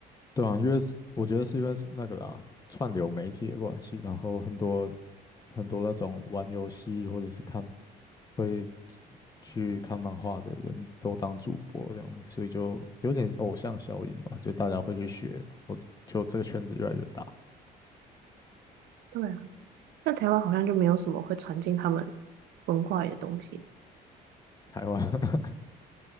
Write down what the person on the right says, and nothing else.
对啊那台湾好像就没有什么会传进他们文化里的东西，